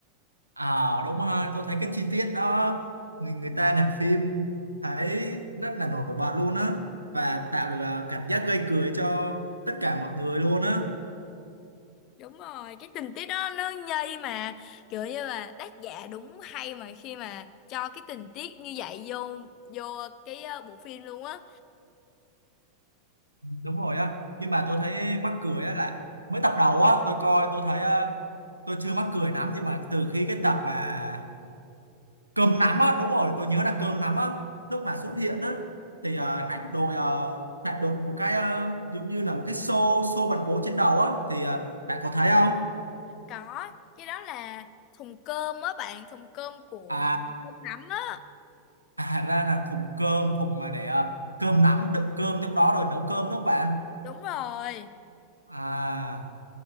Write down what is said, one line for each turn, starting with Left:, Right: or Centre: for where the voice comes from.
Right: À, đúng ha. Tôi thấy cái chi tiết đó người, người ta làm phim thấy rất là nổi bật luôn á và tạo được à, cảm giác gây cười cho tất cả mọi người luôn á.
Left: Đúng rồi, cái tình tiết đó nó nhây mà kiểu như là tác giả đúng hay mà khi mà cho cái tình tiết như vậy vô vô cái ờ, bộ phim luôn á.
Right: Đúng rồi á. Nhưng mà tôi thấy mắc cười á là mới tập đầu á, tôi coi tôi thấy à, tôi chưa mắc cười lắm nhưng mà từ khi cái tập mà cơm nắm á đúng rồi tôi nhớ là cơm nắm á lúc mà xuất hiện á thì uh, lại đội ờ, lại đội một cái ờ, giống như là một cái xô xô bằng gỗ trên đầu á thì ờ, bạn có thấy không
Left: Có, cái đó là thùng cơm á bạn, thùng cơm của
Right: à
Left: cơm nắm á.
Right: à ra là thùng cơm thùng mà để ờ, cơm nắm đựng cơm trong đó rồi nấu cơm đúng không bạn
Left: Đúng rồi.
Right: à